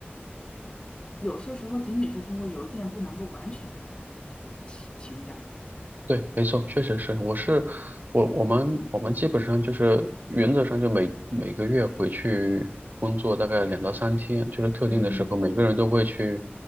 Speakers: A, on the left; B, on the right.
A: 有些时候仅仅是通过邮件不能够完全表达你的这种情情感，
B: 对，没错，确实是，我是我我们我们基本上就是原则上就每每个月回去工作大概两到三天，就是特定的时候，
A: 嗯，
B: 每个人都会去。